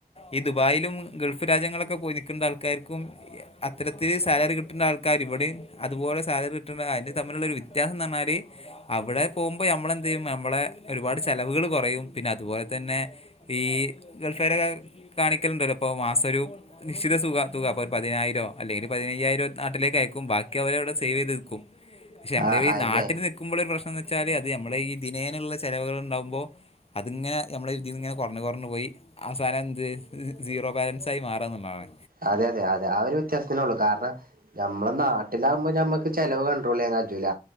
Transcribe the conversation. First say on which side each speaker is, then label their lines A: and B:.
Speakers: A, on the left; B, on the right.
A: ഈ ദുബായിലും ഗൾഫ് രാജ്യങ്ങളൊക്ക പോയി നിക്കന്ത ആൾക്കാര്ക്കും അത്തരത്തില് സാലറി കിട്ട്ണ്ട ആൾക്കാര് ഇവടേം അതുപോലെ സാലറി കിട്ടണ്ട അഴിന്റെ തമ്മിലുള്ള ഒരു വ്യത്യാസം ന്ന് പർഞ്ഞാല് അവടെ പോവുമ്പ ഞമ്മളെന്തയ്യും ഞമ്മളെ ഒരുപാട് ചെലവുകള് കോറയും പിന്നെ അതുപോലെ തന്നെ ഈ ഗൾഫാരെ കാ കാണിക്കല്ണ്ടല്ലോ ഇപ്പൊ മാസ ഒരു നിശ്ചിത സുക തുക അപ്പ ഒരു പതിനായിരോ അല്ലെങ്കില് പതിനയ്യായിരോ നാട്ടിലേക്ക് അയക്കും ബാക്കി അവര അവടെ സേവ് ചെയ്ത് വെക്കും പക്ഷെ ഞമ്മള്
B: ആഹ്
A: ഈ
B: അയന്നെ
A: നാട്ടില് നിക്കുമ്പള് ഒരു പ്രശ്നന്ന് വച്ചാല് അത് ഞമ്മളെ ഈ ദിനേനള്ള ചെലവുകൾ ഇണ്ടാവുമ്പോ അത് ഇങ്ങനെ ഞമ്മളെ ഒര് ഇതീന്ന് ഇങ്ങനെ കൊർഞ് കൊർഞ്പോയി അവസാനം എന്ത് സീറോ ബാലൻസ് ആയി മാറാന്ന് ഇള്ളാണ്
B: അതെ അതെ അതെ ആ ഒരു വ്യത്യാസ്ത്തിനേ ഒള്ളൂ കാര്ണം ഞമ്മള നാട്ടിലാവുമ്പോ ഞമ്മക്ക് ചെലവ് കൺ്രോൾ ചെയ്യാൻ ക ജൂല